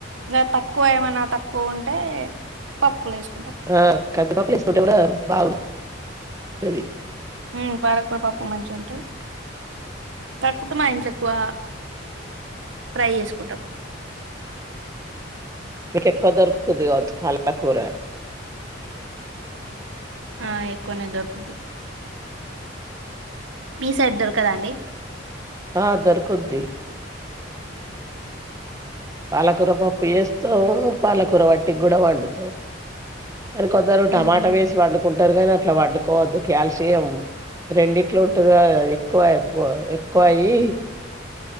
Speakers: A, on the right; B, on the right.
A: ఇగ తక్కువ ఏమనా తక్కువ ఉంటే పప్పులేస్
B: ఆ కందిపప్పులో వేసుకుంటే కూడ బాగుంట అది
A: ఉమ్ పాలకూర పప్పు మంచి ఉంటయి తక్కు మా ఇంట్లో ఎక్కువ ఫ్రై చేసుకుంటాం
B: మీకే ఎక్కువ దోరుకుతందీ కావచ్చు పాలకూర
A: ఆ ఎక్కువనే దొరుకుద్ది మీ సైడ్ దొరకదా అండి
B: ఆ దొరుకుద్ది పాలకూర పప్పు చేస్తాం పాలకూర వట్టికి కూడా వండుతాం కానీ కొందరు టమాటా
A: ఉమ్
B: వేసి వండుకుంటారు కానీ అట్లా వండుకోవద్దు కాల్షియం రెండిట్లో ఉంటదిగ ఎక్కువైపో ఎక్కువ అయి